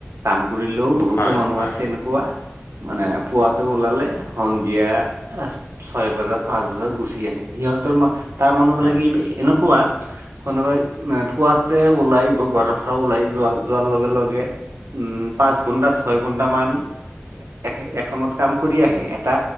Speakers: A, on the right (about 80°); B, on the left (about 80°).
A: কাম কৰিলেও বহুতো
B: হয়
A: মানুহ
B: হয়
A: আছে এনেক ৱা পুৱা মানে পুৱাটো ওলালে সন্ধিয়া আহ ছয় বজাত পাঁচ বজাত গুচি আহে, সিহঁতৰ মা তাৰ মানুহ
B: হয়।
A: বিলাকে এনেকুৱা। কোনোবাই পুৱাতে ওলাই ঘৰৰ পৰা ওলাই যোৱা- যোৱাৰ লগে লগে। উম', পাঁচ ঘণ্টা ছয় ঘণ্টামান। এ- এখনত কাম কৰি আহে এটা।